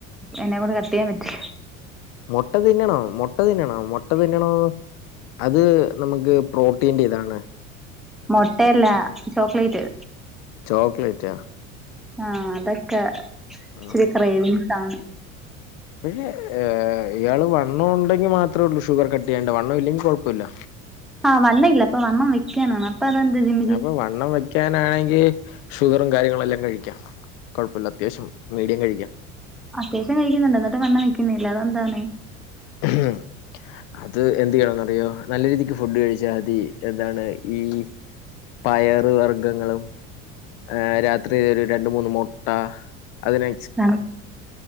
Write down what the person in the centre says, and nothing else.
എന്നെ കൊണ്ട് കട്ട് ചെയ്യാൻ പറ്റില്ല
മൊട്ടയല്ല ചോക്ലേറ്റ്
ആഹ് അതൊക്കെ ഇച്ചിരി
ക്രെവിങ്സാണ്
ആഹ് വണ്ണയില്ല അപ്പൊ വണ്ണം വെക്കാനാണ് ഇപ്പനന്തു ജിം
അത്യാവശ്യം കഴിക്കുന്നുണ്ട് എന്നിട്ട് വണ്ണം വെക്കുന്നില്ല അതെന്താണ്
<inaudible>